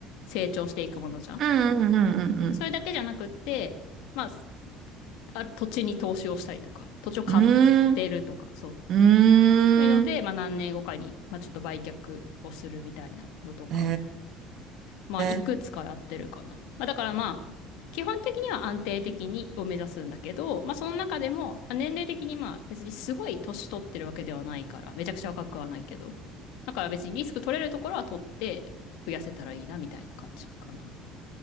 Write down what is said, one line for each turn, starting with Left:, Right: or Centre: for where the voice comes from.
Left: 成長していくものじゃん。
Right: うんうんうん
Left: それだけじゃなくって、まあ、あ、土地に投資をしたりとか、土地を買っ
Right: うんうん。
Left: てるとか、そう。
Right: うー
Left: そういうので、
Right: ん。うーん。
Left: まあ何年後かに、まあちょっと売却をするみたいなのとか、
Right: へ
Left: まあいくつかやってるかな。
Right: え。
Left: まあだからまあ、基本的には安定的にを目指すんだけど、まあその中でも、まあ年齢的にまあ別にすごい年取ってるわけではないから、めちゃくちゃ若くはないけど、だから別にリスク取れるところは取って増やせたらいいなみたいな感じかな。